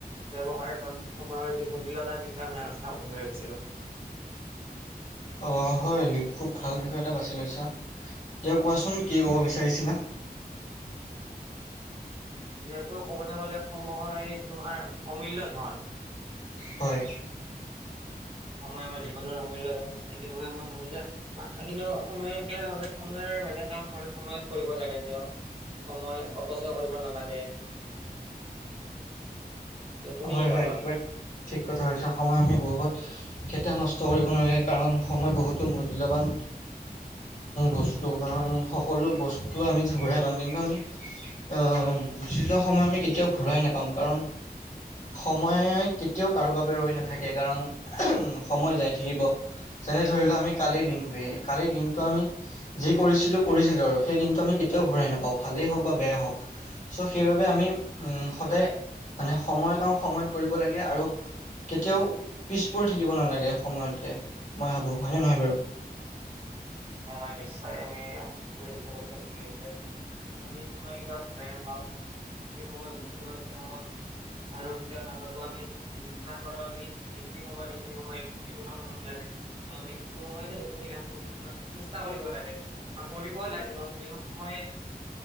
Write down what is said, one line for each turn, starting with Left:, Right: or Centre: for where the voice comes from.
Right: ব্যৱহাৰ বা সময়ৰ যি মূল্য তাৰ বিষয়ে আমি আলোচনা কৰিম বুলি ভাবিছিলোঁ!
Left: অঁ, হয়! খুব ভাল বিষয় এটা বাছি লৈছা! দিয়া কোৱাচোন, কি ক'ব বিচাৰিছিলা?
Right: যিহেতু ক'বলে গলে সময় তোমাৰ অমূল্য ধন।
Left: হয়।
Right: সময় আমাৰ জীৱনৰ অমূল্য ধন! সেইটো বাবে মই ভাবোঁ যে, কিন্তু সময়ৰ কেৰ সময়ৰ মানে কাম সময়ত কৰিব লাগে যে অ। সময় অপচয় কৰিব নালাগে। তুমি
Left: হয়,
Right: কি
Left: হয়।
Right: ভাবা?
Left: কিবা ঠিক কথা কৈছা। সময় আমি অবাবত কেতিয়াও নষ্ট কৰিব নালাগে কাৰণ সময় বহুতো মূল্যৱান বস্তু, কাৰণ সকলো বস্তু আমি ঘূৰাই পাম কিন্তু আমি অ গুচি যোৱা সময় আমি কেতিয়াও ঘূৰাই নাপাম কাৰণ সময় কেতিয়াও কাৰো বাবে ৰৈ নাথাকে কাৰণ সময় যাই থাকিব। যেনে ধৰি লওঁ আমি কালিৰ দিনটোৱে, কালিৰ দিনটো আমি যি কৰিছিলোঁ, কৰিছিলোঁ আৰু সেই দিনটো আমি কেতিয়াও ঘূৰাই নাপাওঁ। ভালেই হওক বা বেয়া হওক। চ' সেইবাবে আমি উম সদায় মানে সময়ৰ কাম সময়ত কৰিব লাগে আৰু কেতিয়াও পিছ পৰি থাকিব নালাগে সময়তকে, মই ভাবোঁ! হয়নে নহয় বাৰু?
Right: হয়, হয়। নিশ্চয় আমি <unintelligible> <unintelligible> যি সময় গুছি গ'ল সেই সময় আৰু <inaudible> আমি <inaudible> পাৰোঁ আমি এইখিনি সময় সেইখিনি সময় এইটো কাম কৰিব লাগে, ত' আমি সেইটো সময়তে সেইখিনি কাম কৰিছোঁ ন! চেষ্টা কৰিব লাগে বা কৰিবই লাগিব, কিয়নো সময়